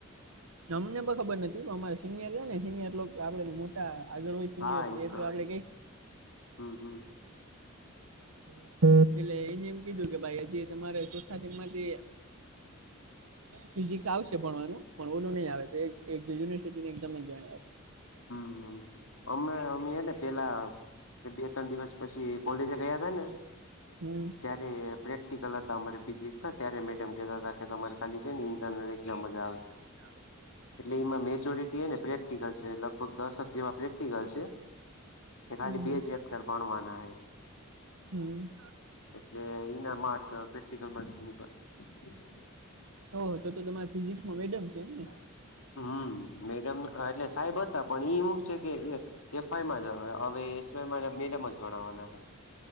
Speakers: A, on the right (about 85°); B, on the left (about 75°).
A: અમને પણ ખબર નથી અમારે સિનિયર છે ને સિનિયર આપડે મો આગળ હોય શિનર
B: હા
A: એ
B: તો
A: પ્ર આપડે કઈ
B: હમ હમ.
A: એટલે એને એમ કીધું કે ભાઈ હજી તમારે ચોથા શ માંથી ફિઝિક્સ આવશે ભણવાનું પણ ઓલું નહી આવે યુનિવર્સિટી ની એક્ામ નઈ દેવાની આવે
B: હમ હમ અમે અમે એ ને પેલા બે ત્રણ દિવસ. પછી કોલેજ ગયા હતાા ને
A: હમ.
B: ત્યારે પ્રેક્ટિકલ હતા અમારે ફિઝિક્સ હતા ત્યારે મેડમ કહેતા હતા કે તમારે ખાલી છે ને ઇન્ટરનલ એક્ઝામ જ આવે
A: હા.
B: એટલે એમાં મેચ્યોરિટી હ ને પ્રેક્ટિકલ છે લગભગ દશક જેવા પ્રેક્ટિકલ છે. કે ખાલી
A: હમ
B: બે ચેપ્ટર ભણવાના હ.
A: હમ.
B: એટલે એના માર્ક પ્રેક્ટિકલ મુકાય તમા.
A: ઓ તો તમારી ફિઝિક્સમાં મેડમ છે એમ ને
B: હમ મેડમ. હ એટલે સાહેબ હતા પણ એ શું છે કે એ એફઆઈમાં જ હવે હવે એસઆયમાં એ મેડમ જ ભણાવવાના રહે